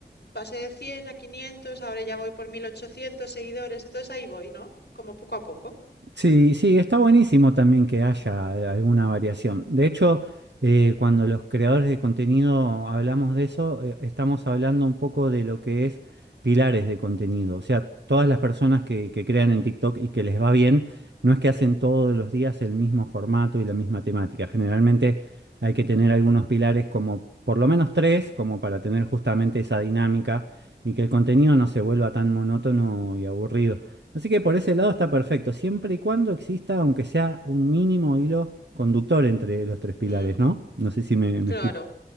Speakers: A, on the left (about 70°); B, on the right (about 80°).
A: pasé de 100 a quinientos ahora ya voy por 1800 seguidores, entonces ahí voy, ¿no? Como poco a poco.
B: Sí, sí, está buenísimo también que haya eh, alguna variación. De hecho, eh, cuando los creadores de contenido hablamos de eso, eh, estamos hablando un poco de lo que es pilares de contenido. O sea, todas las personas que, que crean en TikTok y que les va bien, no es que hacen todos los días el mismo formato y la misma temática. Generalmente hay que tener algunos pilares como por lo menos tres, como para tener justamente esa dinámica y que el contenido no se vuelva tan monótono y aburrido. Así que por ese lado está perfecto, siempre y cuando exista, aunque sea un mínimo hilo conductor entre los tres pilares,
A: Mm,
B: ¿no? No sé si me, me
A: claro.
B: explico.